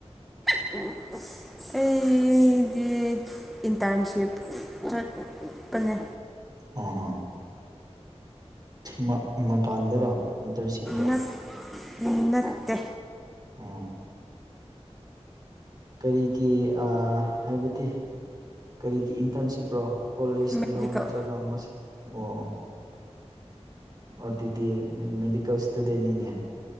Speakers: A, in the centre; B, on the right.
A: <unintelligible> ꯑꯩꯗꯤ ꯏꯟꯇ꯭ꯔꯟꯁꯤꯞ ꯆꯠꯄꯅꯦ
B: ꯑꯣ ꯑꯣ ꯃ ꯃꯄꯥꯟꯗꯔꯣ ꯏꯟꯇꯔꯟꯁꯤꯞꯇꯣ
A: ꯅꯠ ꯅꯠꯇꯦ
B: ꯎꯝ ꯀꯔꯤꯒꯤ ꯑꯥ ꯍꯥꯏꯕꯗꯤ ꯀꯔꯤꯒꯤ ꯏꯟꯇ꯭ꯔꯟꯁꯤꯞꯔꯣ ꯀꯣꯂꯦꯖꯀꯤꯔꯣ
A: ꯃꯦꯗꯤꯀꯦꯜ
B: ꯅꯠꯇ꯭ꯔꯒ ꯑꯃ <unintelligible> ꯑꯣ ꯑꯣ ꯑꯗꯨꯗꯤ ꯃꯦꯗꯤꯀꯦꯜ ꯏꯁꯇꯨꯗꯦꯟꯅꯤꯅꯦ